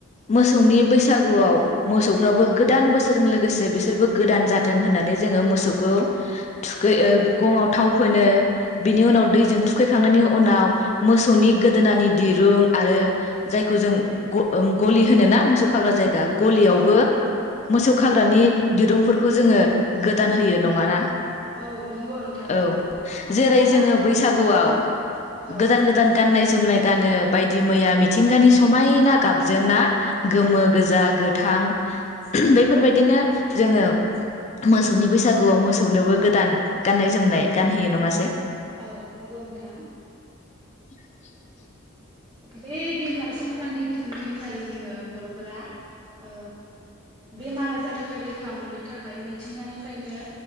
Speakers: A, on the left; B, on the right.
A: मोसौनि बैसागुआव मोसौफ्राबो गोदान बोसोरजों लोगोसे बिसोरबो गोदान जाथों होननानै जोङो मोसौखौ थुखै
B: औ
A: ओ गंआव थाव फोनो बेनि उनाव दैजों थुखैखांनायनि उनाव मोसौनि गोदोनानि दिरुं आरो जायखौ जों गलि होनो ना मोसौ खाग्रा जायगा गलियावबो
B: औ
A: मोसौ खाग्रानि दिरुंफोरखौ जोङो गोदान होयो नङा ना
B: औ नंगौ नोंथां नंगौ
A: औ जेरै
B: मानोना
A: जोङो बैसागुआव
B: उम औ
A: गोदान गोदान गाननाय जोमनाय गानो बायदि मैया मिथिंगानि समायना गाबजों ना गोमो
B: औ
A: गोजा गोथ थां बैफोरबायदिनो जोङो मोसौनि बैसागुआव मोसौनोबो गोदान गाननाय जोमनाय गानहोयो नङासै
B: औ नंगौ नोंथां
A: <inaudible>
B: बे दिनखा संक्रान्ति दिनखालि जोङो बर'फोरा ओ बेमार आजारनिफ्राय रैखा मोननो थाखाय मिथिंगानिफ्रायनो